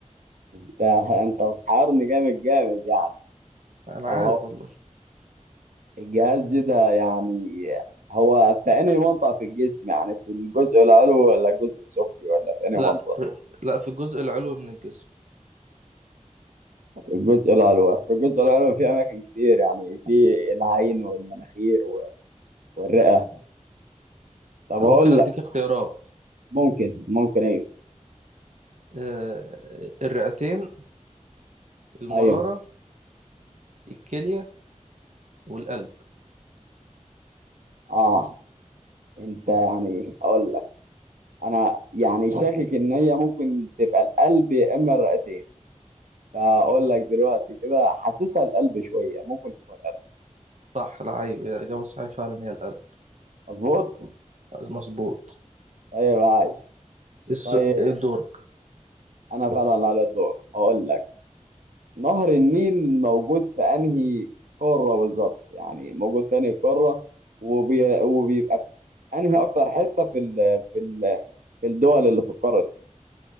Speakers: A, on the right; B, on the right.
A: أنت أنت بتحيرني جامد جامد يعني
B: أنا
A: طب
B: عارف والله
A: الجهاز ده يعني هو في أنهي منطقة في الجسم يعني في الجزء العلوي ولا الجزء السفلي ولا في أنهي
B: لا
A: منطقة؟
B: في لا في الجزء العلوي من الجسم
A: في الجزء العلوي أصل الجزء العلوي فيه أماكن كتير يعني في العين والمناخير و- والرئة طب هقول
B: أو ممكن أديك
A: لك
B: اختيارات
A: ممكن ممكن أيوه
B: آه، الرئتين المرارة
A: أيوه
B: الكلية والقلب
A: أه أنت يعني هقول لك أنا يعني شاكك إن هي ممكن تبقى القلب يا إما الرئتين فأقول لك دلوقتي كده حاسسها القلب شوية ممكن تكون القلب
B: صح العيب الإجابة الصحيحة فعلا هي القلب
A: مظبوط؟
B: مظبوط
A: طيب عايش
B: الس...
A: طيب
B: دورك
A: انا فعلا على الدور هقول لك نهر النيل موجود في انهي قارة بالظبط يعني موجود في انهي قارة وبي... وبيبقى في انهي اكتر حتة في ال... في ال... في الدول اللي في القارة دي